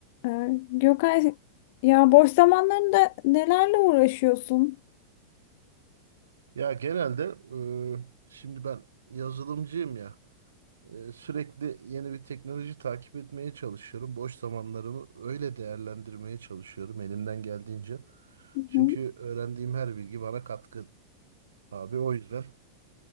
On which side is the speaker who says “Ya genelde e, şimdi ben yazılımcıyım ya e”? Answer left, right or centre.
Right